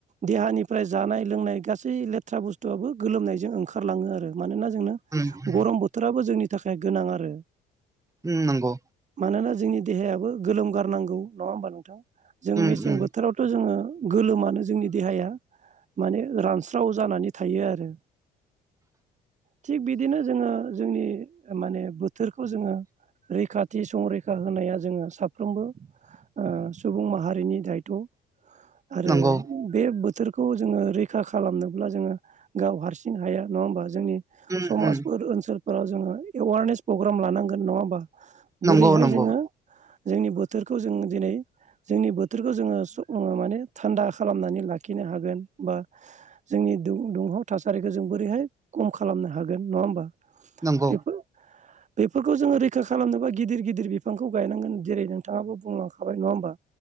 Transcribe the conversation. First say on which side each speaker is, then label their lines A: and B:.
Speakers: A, on the right (about 45°); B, on the right (about 20°).
A: देहानिफ्राय जानाय लोंनाय गासै लेथ्रा बुस्थुआबो गोलोमनायजों ओंखारलाङो आरो मानोना जोंनो
B: ओ
A: गरम बोथोराबो जोंनि थाखाय गोनां आरो।
B: उम नंगौ।
A: मानोना जोंनि देहायाबो गोलोम गारनांगौ नङा होमबा नोंथां? जों
B: उम
A: मेसें
B: उम
A: बोथोरावथ' जोङो गोलोमानो जोंनि देहाया माने रानस्राव जानानै थायो आरो।
B: <unintelligible>
A: थिग बिदिनो जोङो जोंनि माने बोथोरखौ जोङो रैखाथि संरैखा होनाया जोङो साफ्रोमबो ओ सुबुं माहारिनि दायथ'। आरो
B: नंगौ
A: बे बोथोरखौ जोङो रैखा खालामनोब्ला जोङो गाव हारसिं हाया नङा होमबा जोंनि
B: उम उम
A: समाजफोर ओनसोल फोराव जोङो एवारनेस प्रग्राम लानांगोन नङा होमबा
B: नंगौ
A: बोरैहाय
B: उम नंगौ
A: जोङो
B: नंगौ
A: जोंनि बोथोरखौ जों दिनै जोंनि बोथोरखौ जोङो सु माने थान्दा खालामनानै लाखिनो हागोन बा जोंनि दुं-दुंहाव थासारिखौ जों बोरैहाय खम खालामनो हागोन नङा होमबा?
B: नंगौ
A: बेफोर बेफोरखौ जोङो रैखा खालामनोबा गिदिर गिदिर बिफांखौ गायनांगोन जेरै नोंथाङाबो बुंलांखाबाय नङा होमबा?